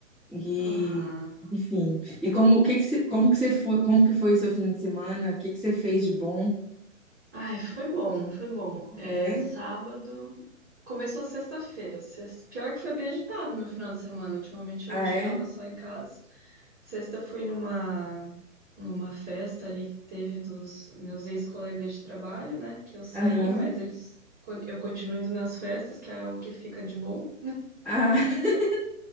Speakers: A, in the centre; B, on the right.
A: E,
B: Aham.
A: enfim. E como, o que que você, como que você foi, como que foi o seu fim de semana? O que que você fez de bom?
B: Ai, foi bom, foi bom. É,
A: É?
B: sábado. Começou sexta-feira. Sexta- Pior que foi bem agitado meu final de semana. Ultimamente
A: Ah,
B: eu
A: é?
B: tava só em casa. Sexta eu fui numa, numa festa ali que teve dos meus ex-colegas de trabalho, né? Que eu saí,
A: Aham.
B: mas eles con- eu continuo indo nas festas, que é o que fica de bom.
A: Ah, <laughs>